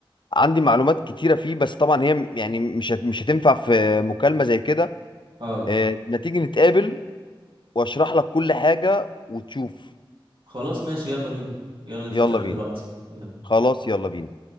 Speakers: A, on the left; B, on the right.
A: عندي معلومات كتيره فيه بس طبعا هي م- يعني مش هت- مش هتنفع في مكالمه زي كده
B: اه
A: آه، ما تيجي نتقابل واشرح لك كل حاجه وتشوف
B: خلاص ماشي يلا بينا يلا ننزل
A: يلا
B: نتقابل
A: بينا
B: دلوقتي يلا
A: خلاص يلا بينا